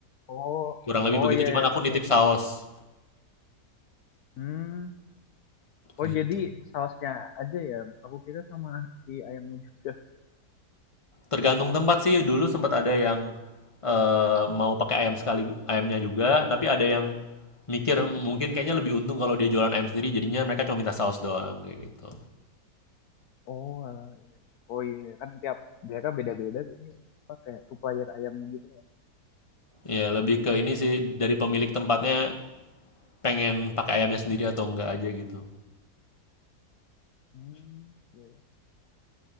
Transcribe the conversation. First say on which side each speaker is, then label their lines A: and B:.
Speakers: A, on the left; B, on the left.
A: Oh,
B: Kurang lebih
A: oh
B: begitu,
A: iya,
B: cuman
A: iya,
B: aku
A: tahu,
B: nitip
A: tahu.
B: saus
A: Hmm, oh
B: gitu.
A: jadi sausnya aja ya. Aku kira sama si ayamnya juga.
B: Tergantung tempat sih. Dulu sempat ada yang eh, mau pakai ayam sekali ayamnya juga, tapi ada yang mikir
A: Hmm.
B: mungkin kayaknya lebih untung kalau dia jualan ayam sendiri, jadinya mereka cuma minta saus doang kayak gitu.
A: Oh, alah, iya. Oh iya, kan tiap daerah beda-beda jadi supplier ayamnya gitu ya.
B: Ya lebih ke ini sih dari pemilik tempatnya pengen pakai ayamnya sendiri atau enggak aja gitu.
A: Hmm, iya, iya.